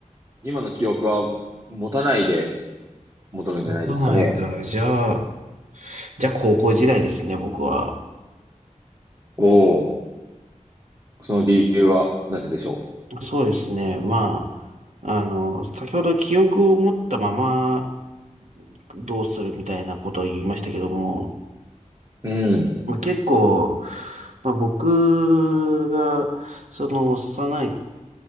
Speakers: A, on the right; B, on the right.
A: 今の記憶は持たないで、戻るんじゃないですかね。
B: そうないか。じゃあ、じゃあ高校時代ですね、僕は。
A: おお、その理由はなぜでしょ
B: そうですね。まあ、あの、先ほど記憶を持ったままどうするみたいなことを言いましたけども、
A: う。うん、
B: まあ結構、まあ、僕が、その幼い、